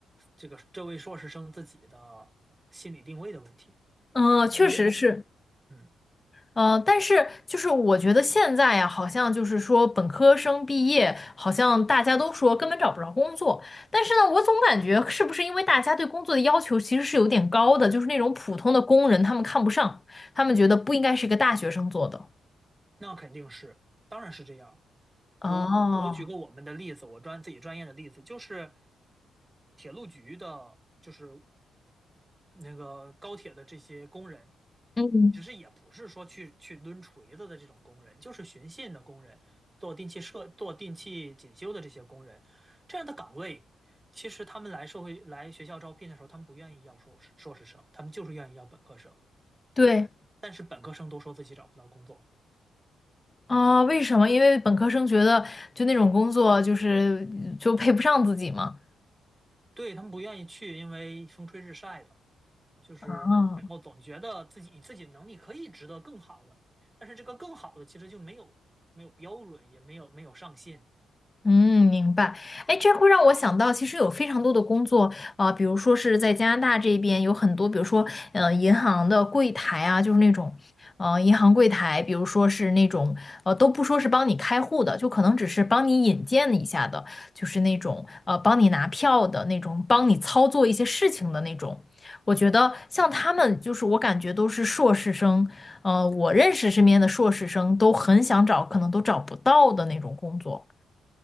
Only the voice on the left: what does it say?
嗯，确实是。
嗯，但是就是我觉得现在呀，好像就是说本科生毕业，好像大家都说根本找不着工作。但是呢，我总感觉是不是因为大家对工作的要求其实是有点高的，就是那种普通的工人他们看不上，他们觉得不应该是一个大学生做的。
哦，
嗯，
对。
啊，为什么？因为本科生觉得就那种工作就是就配不上自己嘛。
啊。
嗯，明白。哎，这会让我想到，其实有非常多的工作，啊，比如说是在加拿大这边有很多，比如说，呃，银行的柜台啊，就是那种，呃，银行柜台，比如说是那种，呃，都不说是帮你开户的，就可能只是帮你引荐一下的，就是那种，呃，帮你拿票的那种，帮你操作一些事情的那种。我觉得像他们，就是我感觉都是硕士生，呃，我认识身边的硕士生都很想找，可能都找不到的那种工作。